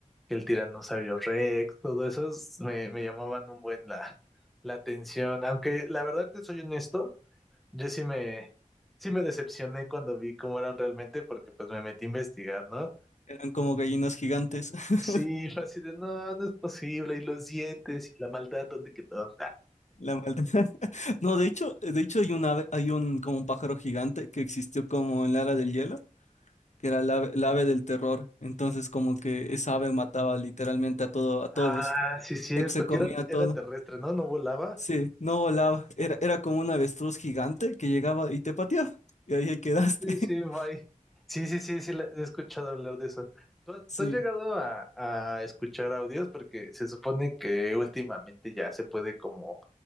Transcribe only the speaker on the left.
eran como gallinas gigantes.
<laughs>
La maldita. <laughs> No, de hecho, de hecho hay un ave, hay un como un pájaro gigante que existió como en la era del hielo. que era el ave, el ave del terror. Entonces, como que esa ave mataba literalmente a todo, a todos.
ya que se comía
todo.
Sí, no volaba. Era, era como un avestruz gigante que llegaba y te pateaba. Y ahí ahí quedaste.
<laughs>
Sí,